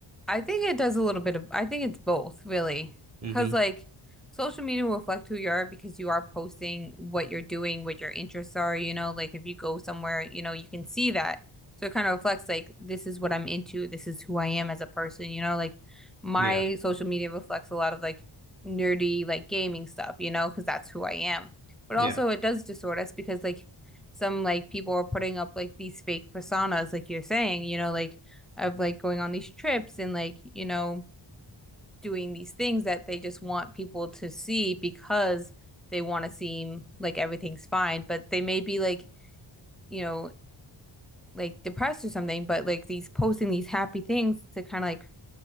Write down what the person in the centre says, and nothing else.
I think it does a little bit of, I think it's both, really.
Because, like, social media will reflect who you are because you are posting what you're doing, what your interests are, you know, like if you go somewhere, you know, you can see that. So it kind of reflects, like, this is what I'm into, this is who I am as a person, you know, like my
social media reflects a lot of like nerdy, like gaming stuff, you know, because that's who I am. But
also, it does distort us because, like, some like people are putting up like these fake personas, like you're saying, you know, like, of like going on these trips and like, you know, doing these things that they just want people to see because they want to seem like everything's fine, but they may be like, you know, like depressed or something, but like these posting these happy things to kind of like